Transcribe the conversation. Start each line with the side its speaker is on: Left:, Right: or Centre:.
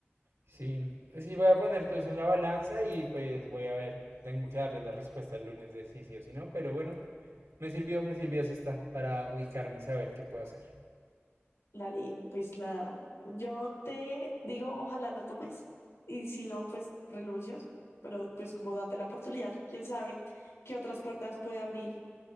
Right: Sí, sí, voy a poner todo eso en la balanza y pues voy a ver. Tengo que darle la respuesta el lunes de si sí o si no, pero bueno, me sirvió, me sirvió, sí está, para ubicarme y saber qué puedo hacer.
Left: Lali, pues la, yo te digo, ojalá lo tomes y si no, pues renuncias, pero pues como date la oportunidad, quién sabe qué otras puertas puede abrir,